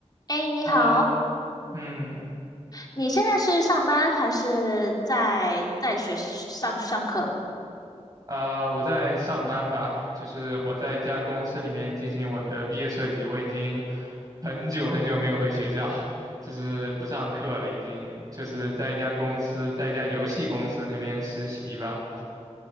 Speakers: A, on the left; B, on the right.
A: 哎，你好，
B: Hello，嗯，
A: 你现在是上班还是在在学上上课？
B: 呃，我在上班吧，就是我在一家公司里面进行我的毕业设计，我已经很久很久没有回学校，<laughs> 就是不上课了，已经就是在一家公司，在一家游戏公司那边实习吧。